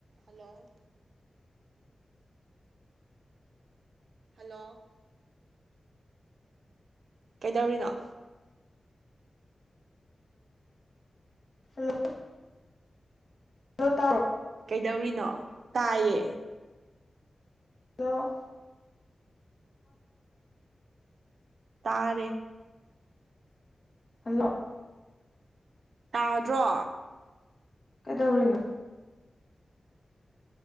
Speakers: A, on the right; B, on the left.
A: hello hello ꯀꯩꯗꯧꯔꯤꯅꯣ
B: hello hello ꯇꯥꯕ꯭ꯔꯣ
A: ꯀꯩꯗꯧꯔꯤꯅꯣ ꯇꯥꯏꯌꯦ
B: <unintelligible>
A: ꯇꯥꯔꯦ
B: ꯍꯜꯂꯣ
A: ꯇꯥꯗ꯭ꯔꯣ
B: ꯀꯩꯗꯧꯔꯤꯅꯣ